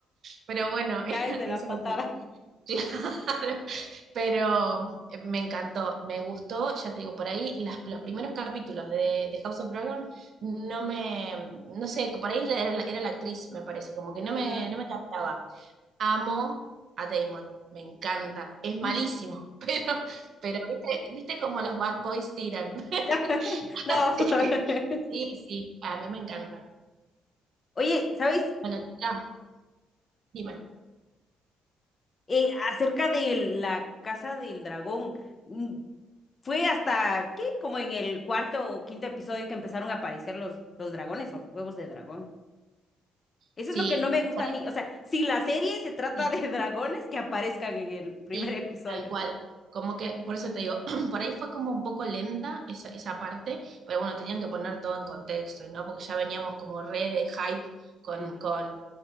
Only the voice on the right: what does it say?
Pero bueno, <laughs> era-
eso
sí, <laughs> claro. Pero mm, me encantó, me gustó, ya te digo, por ahí las, los primeros capítulos de, de House of Dragon no me, no sé, por ahí era, la- era la actriz, me parece, como que no
me, no me captaba. Amo a Damon, me encanta, es malísimo,
<laughs> pero, pero viste, viste como los bad boys tiran.
<laughs>
Así
que sí, sí, a mí me encanta.
Bueno, chica, dime,
sí,
por
ahí,
sí.
Sí,
tal cual. Como que, por eso te digo, <clears throat> por ahí fue como un poco lenta esa, esa parte, pero bueno, tenían que poner todo en contexto, ¿no? Porque ya veníamos como re de hype con,
con,